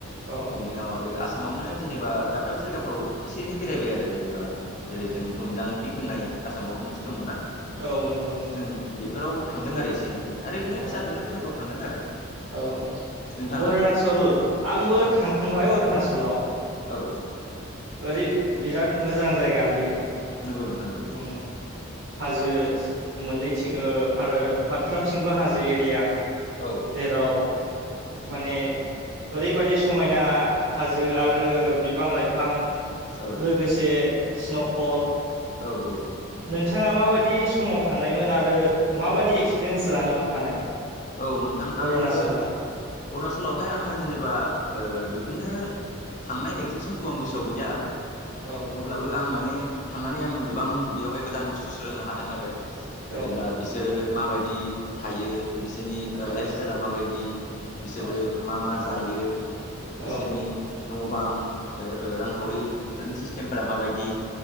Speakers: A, on the right; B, on the left.
A: अ
B: बिनि उनाव आरो आसामावनो जेनेबा दाब दाब जायगाफ्राव एसे एनै बेरायबाय आरो जेनेबा
A: अ
B: जेरै जों दुमजां पिक होननाय आसामावबो मोनसे दङना
A: औ नंगौ नंगौ
B: जों बे बेफोराव थांदों आरो एसे एनै आरो बिदिनो
A: अ
B: फिसा फिनलु जायगाफ्राव थांदों आरो
A: औ
B: नोंथाङालाय
A: अरुणाचल आंबो
B: औ
A: थांखांबाय अरुणाचलाव
B: औ
A: ओरै बिराद मोजां जायगा बियो
B: नंगौ नोंथां नंगौ
A: उम हाजो मोननैथिं फारफ्रामथिंबो हाजो एरिया
B: औ
A: जेराव माने ओरैबादि समायना हाजो आरो बिबां लाइ फां
B: औ
A: लोगोसे स्न'फल
B: औ औ
A: नोंथाङा माबायदि समाव थांनायमोन आरो माबायदि एक्सपिरियेन्स लानो हानाय
B: औ नोंथां
A: अरुणाचला
B: आङो अरुणाचलावहाय आङो जेनेबा बिब्दिनो थांनाय एगजेक्ट समखौ आं गोसोआव गैया
A: औ
B: अब्लाबो आं माने थांनानै आं गोबां बेयावहाय गोदान बुस्थु सोलोंनो हादों आरो जेनेब्ला
A: औ
B: बिसोरो माबायदि थायो। बिसोरनि
A: औ
B: लाइफ स्टाइला माबायदि बिसोरो
A: औ
B: मा मा जायो। बिसोरनि
A: औ
B: न' बां रांखावरि बेफोरनि सिस्टेमफोरा माबायदि